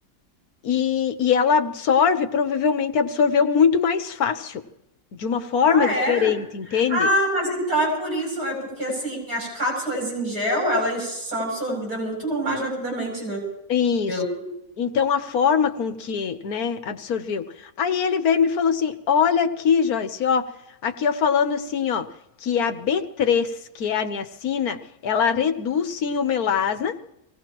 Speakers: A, on the left; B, on the right.
A: E, e ela absorve, provavelmente absorveu muito mais fácil, de uma forma
B: Ah,
A: diferente,
B: é?
A: entende?
B: Ah, mas então é por isso, é porque assim, as cápsulas em gel, elas são absorvidas muito mais rapidamente, né?
A: Isso.
B: Pelo...
A: Então, a forma com que, né, absorveu. Aí ele veio e me falou assim: Olha aqui, Joyce, ó, aqui eu falando assim, ó, que a B3, que é a niacina, ela reduz sim o melasma,